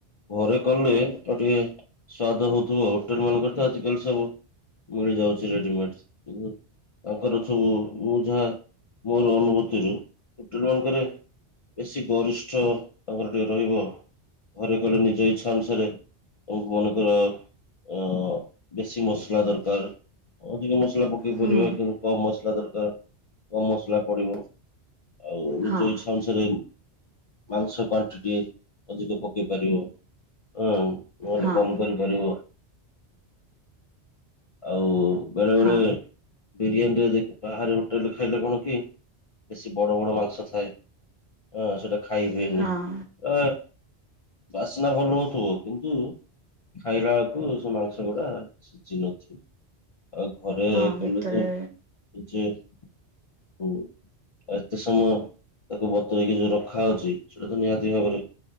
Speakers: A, on the left; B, on the right.
A: ଘରେ କଲେ ଆଉ ଟିକେ ସ୍ଵାଦ ହଉଥିବ, ହୋଟେଲମାନଙ୍କରେ ତ ଆଜିିକାଲି ସବୁ ମିଳିଯାଉଛି ରେଡିମେଡ୍ସ। ତାଙ୍କର ସବୁ ମୁଁ ଯାହା ମୋର ଅନୁଭୂତିରୁ ହୋଟଲମାନଙ୍କରେ ବେଶୀ ଗରିଷ୍ଠ ତାଙ୍କର ଟିକେ ରହିବ ଆଉ। ଘରେ କଲେ ନିଜ ଇଚ୍ଛା ଅନୁସାରେ କୁକ୍ ମାନଙ୍କର ଅ ବେଶୀ ମସଲା ଦରକାର ଅଧିକ ମସଲା ପକେଇପାରିବେ
B: ହୁଁ
A: କିନ୍ତୁ କମ ମସଲା ଦରକାର, କମ ମସଲା ପଡିବ। ଆଉ ନିଜ
B: ହଁ
A: ଇଚ୍ଛା ଅନୁସାରେ ମାଂସ କ୍ଵାଣ୍ଟିଟି ଅଧିକ ପକେଇ ପାରିବ, ହୁଁ, ନହେଲେ
B: ହଁ
A: କମ କରି ପାରିବ। ଆଉ ବେଳେ
B: ହଁ
A: ବେଳେ ବିରିୟାନୀରେ ଦେଖ ବାହାରେ ହୋଟେଲରେ ଖାଇଲେ କଣ କି, ବେଶୀ ବଡ ବଡ ମାଂସ ଥାଏ ହଁ ସେଇଟା ଖାଇ ହୁଏନି।
B: ହଁ
A: ଏ ବାସ୍ନା ଭଲ ହଉଥିବ କିନ୍ତୁ ଖାଇଲାବେଳକୁ ସେ ମାଂସ ଗୁଡା ସିଜି ନଥିବ। ଆଉ ଘରେ
B: ହଁ
A: କଲେ
B: ଭିତରେ
A: ତ ନିଜେ ହୁଁ, ଆଉ ଏତେ ସମୟ ତାକୁ ବତ୍ ତୁରେଇକି ଯୋଉ ରଖାହଉଛି, ସେଟା ତ ନିହାତି ଭାବରେ